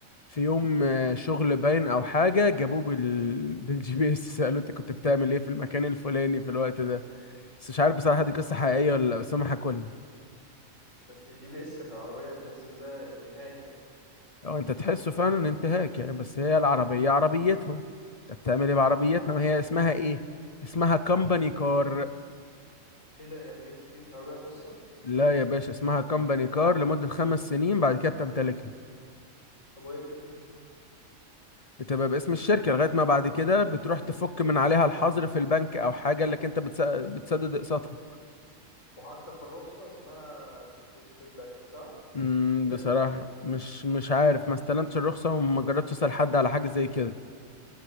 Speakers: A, on the left; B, on the left.
A: في يوم آه، شغل باين او حاجة جابوه بال... بالجي بي اس <laughs> سألوه انت كنت بتعمل ايه في المكان الفلاني في الوقت ده بس مش عارف بصراحة دي قصة حقيقية ولا لا بس هم حكوا لنا
B: بس جي بي اس في العربيه تحس ان ده انتهاك يعني
A: اه انت تحسه فعلا انتهاك يعني بس هي العربية عربيتهم انت بتعمل ايه بعربيتنا هي اسمها ايه اسمها كمباني كار
B: ايه ده يعني هي مش دي مش عربيه خاصه
A: لا يا باشا اسمها كمباني كار لمدة خمس سنين بعد كده بتمتلكها
B: طب وهي باسم مين
A: بتبقى باسم الشركة لغاية ما بعد كده بتروح تفك من عليها الحظر في البنك أو حاجة اللي انت بتس- بتسدد اقساطها
B: وحتى في الرخصة اسمها باسم البنك صح؟
A: امم
B: ب...
A: بصراحة مش مش عارف ما استلمتش الرخصة وما جربتش أسأل حد على حاجة زي كده